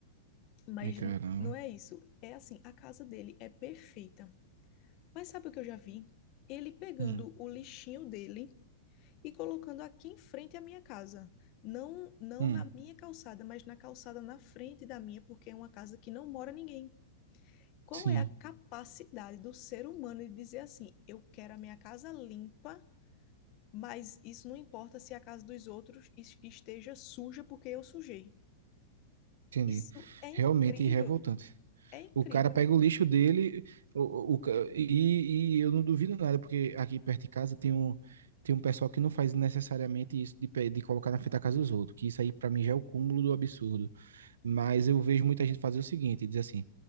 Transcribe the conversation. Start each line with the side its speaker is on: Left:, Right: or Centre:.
Left: Mas
Right: E caramba.
Left: n- não é isso, é assim, a casa dele é perfeita. Mas sabe o que eu já vi? Ele pegando
Right: Hum,
Left: o lixinho dele e colocando aqui em frente à minha casa. Não, não
Right: hum,
Left: na minha calçada, mas na calçada na frente da minha, porque é uma casa que não mora ninguém. Qual
Right: sim,
Left: é a capacidade do ser humano de dizer assim: eu quero a minha casa limpa, mas isso não importa se a casa dos outros es- esteja suja porque eu sujei.
Right: entendi.
Left: Isso é incrível,
Right: Realmente revoltante.
Left: é incrível.
Right: O cara pega o lixo dele o, o, ca- e, e eu não duvido nada, porque aqui perto de casa tem um, tem um pessoal que não faz necessariamente isso de, pe- de colocar na frente da casa dos outros, que isso aí pra mim já é o cúmulo do absurdo. Mas eu vejo muita gente fazer o seguinte, diz assim,